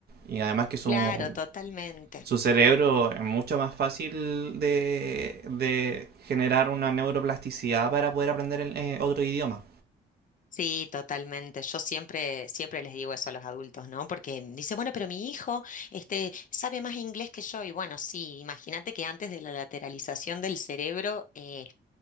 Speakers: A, on the right; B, on the left.
A: Y además que su,
B: Claro, totalmente.
A: su cerebro es mucho más fácil de, de generar una neuroplasticidad para poder aprender el, eh, otro idioma.
B: Sí, totalmente. Yo siempre, siempre les digo eso a los adultos, ¿no? Porque dice, bueno, pero mi hijo, este, sabe más inglés que yo. Y bueno, sí, imagínate que antes de la lateralización del cerebro, eh,